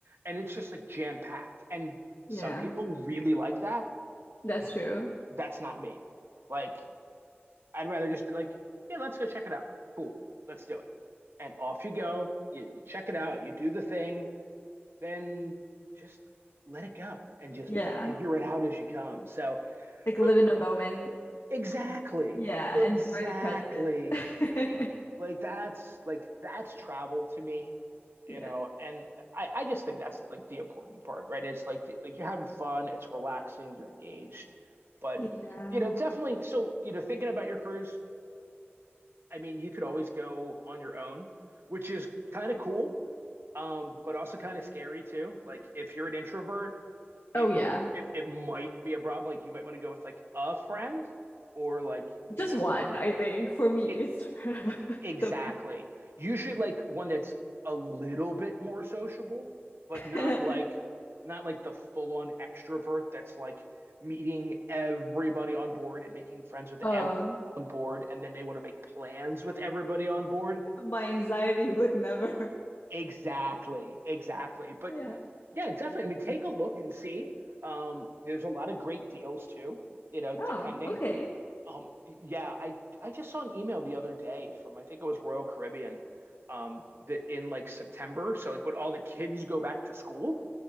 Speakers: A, on the right (about 65°); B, on the left (about 70°).
A: And it's just like jam packed. And some
B: Yeah.
A: people really like that.
B: That's true.
A: That's not me. Like I'd rather just be like, yeah, let's go check it out. Cool, let's do it. And off you go. You, you check it out, you do the thing, then just let it go and just
B: Yeah.
A: figure it out as you come. So,
B: Like
A: but
B: live in a moment.
A: exactly,
B: Yeah.
A: exactly.
B: Enjoy the present. <laughs>
A: Like that's like that's travel to me, you
B: Yeah.
A: know, and I, I just think that's like the important part, right? It's like the, like you're having fun, it's relaxing, you're engaged, but
B: Yeah.
A: you know, definitely. So, you know, thinking about your cruise, I mean, you could always go on your own, which is kind of cool, um, but also kind of scary too. Like if you're an introvert,
B: Oh,
A: it,
B: yeah.
A: it it might be a problem. Like you might want to go with like a friend or like,
B: Just
A: you know,
B: one, I think, for me is
A: e-
B: <laughs> the
A: exactly. Usually like one that's a little bit more sociable, but not
B: math.
A: like
B: <laughs>
A: not like the full-on extrovert that's like meeting everybody on board and making friends with
B: Oh,
A: everyone on board and then they want to make plans with everybody on board
B: My anxiety would never.
A: Exactly, exactly. But
B: Yeah.
A: yeah, definitely. I mean, take a look and see. Um, there's a lot of great deals too, you know, depending.
B: oh, okay.
A: Um, yeah, I I just saw an email the other day from I think it was Royal Caribbean, um, that in like September, so like when all the kids go back to school,